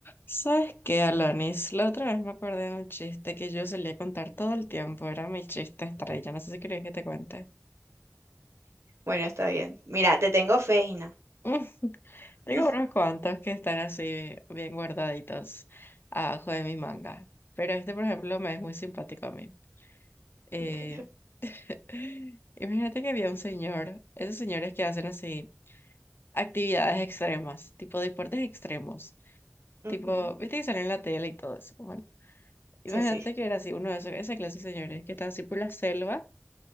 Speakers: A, on the left; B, on the right.
A: ¿Sabes qué, Alanis? La otra vez me acordé de un chiste que yo solía contar todo el tiempo. Era mi chiste estrella. No sé si querés que te cuente.
B: Bueno, está bien. Mira, te tengo fe, Gina.
A: <laughs>
B: <laughs>
A: Tengo unos cuantos que están así bien guardaditos abajo de mi manga. Pero este, por ejemplo, me es muy simpático a mí. Eh,
B: Bueno.
A: <laughs> Imagínate que había un señor, esos señores que hacen así actividades extremas, tipo deportes extremos.
B: Ujú,
A: Tipo, viste que salen en la tele y todo eso. Bueno, Imagínate
B: Sí, sí.
A: que era así, uno de esos, esa clase de señores, que estaba así por la selva